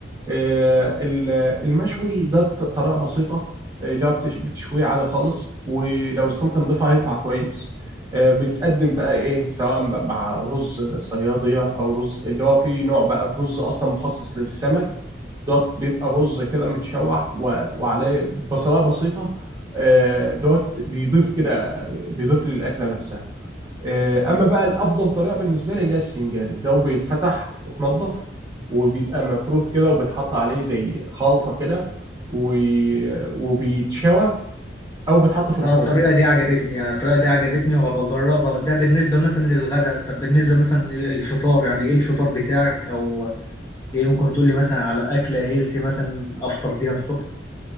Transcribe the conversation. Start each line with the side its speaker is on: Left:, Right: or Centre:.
Right: آه، ال- المشوي ده ط- طريقة بسيطة آه، اللي هو بتش- بتشويه عادي خالص ولو السمكة نضيفها هيطلع كويس آه، بيتقدم بقى ايه سواء بقى مع رز صيادية او رز اللي هو فيه نوع بقى الرز اصلا مخصص للسمك دوت بيبقى رز كده متشوح و- وعليه بصلاية بسيطة آه، دوت بيضيف كده بيضيف للأكلة نفسها آه، اما بقى الافضل طريقه بالنسبه لي اللي هي السنجاري ده بيتفتح وتنضف وبيبقى مفروض كده وبيتحط عليه زي خلطه كده و... وبيتشوى او بيتحط في الفرن
Left: اه الطريقة دي عجبتني يعني الطريقة دي عجبتني وهبقى اجربها ده بالنسبة مثلا للغدا طب بالنسبة مثلا للفطار يعني ايه الفطار بتاعك او ايه ممكن تقول لي مثلا على اكلة هيلسي مثلا افطر بيها الصبح